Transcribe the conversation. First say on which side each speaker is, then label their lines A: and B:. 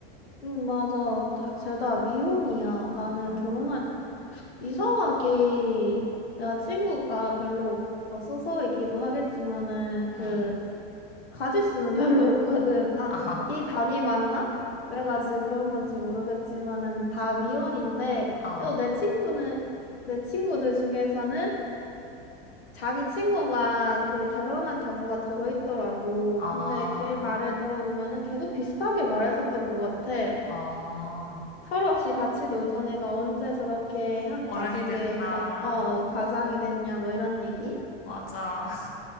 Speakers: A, on the left; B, on the left.
A: 응, 맞아. 다, 쟤다 미혼이야. 나는
B: 음,
A: 결혼할, 이상하게, 내가 친구가 별로 없어서이기도 하겠지만은, 그,
B: 음,
A: 가짓수는 <laughs> 별로 없거든. 아,
B: 아,
A: 이, 이 단위 맞나? 그래가지고 그런 건지 모르겠지만은, 다 미혼인데,
B: 아,
A: 그래도 내 친구는, 내 친구들 중에서는 자기 친구가 그 결혼한 경우가 더러 있더라고.
B: 아,
A: 근데 걔 말을 들어보면은 걔도 비슷하게 말했었던 것 같아.
B: 아, <laughs>
A: 서로 없이 같이 놀던 애가 언제 저렇게 한
B: 어른이
A: 가족의
B: 됐나.
A: 가, 어, 가장이 됐냐, 뭐 이런 얘기?
B: 맞아.